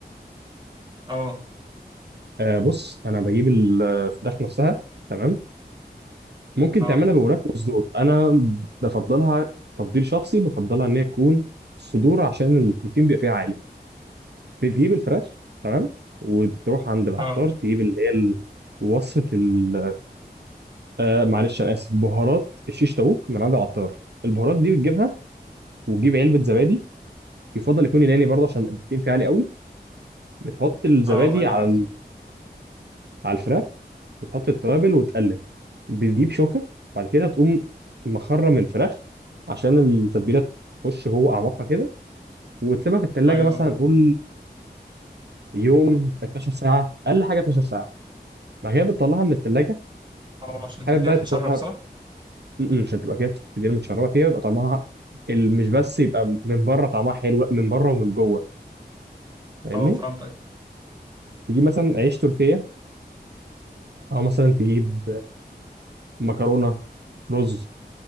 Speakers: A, on the right; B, on the right.
A: اه
B: آه بص انا بجيب الفراخ نفسها تمام ممكن
A: اه
B: تعملها بوراك وصدور انا بفضلها تفضيل شخصي بفضلها ان هي تكون صدور عشان البروتين بيبقى فيها عالي بتجيب الفراخ تمام وتروح عند العطار
A: اه
B: تجيب اللي هي ال- وصفه ال آه معلش انا اسف بهارات الشيش تاوك من عند العطار البهارات دي بتجيبها وتجيب علبه زبادي يفضل يكون يوناني برضه عشان البروتين فيه عالي قوي بتحط الزبادي
A: اه ايوه
B: على
A: عرفت
B: على الفراخ وتحط التوابل وتقلب بتجيب شوكة بعد كده تقوم مخرم الفراخ عشان التتبيلة تخش جوه أعماقها كده وتسيبها في التلاجة
A: ايوه
B: مثلا
A: بقى.
B: نقول يوم 12 ساعة أقل حاجة 12 ساعة بعد كده بتطلعها من التلاجة
A: اه عشان تديها
B: حابب بقى
A: تتشرب
B: تاكلها
A: صح؟
B: م- م، عشان تبقى كده التتبيلة متشربة فيها يبقى طعمها ال- مش بس يبقى من بره طعمها حلو لا من بره ومن جوه فاهمني؟
A: اه فهمتك
B: تجيب مثلا عيش تورتيه أو مثلا تجيب مكرونة رز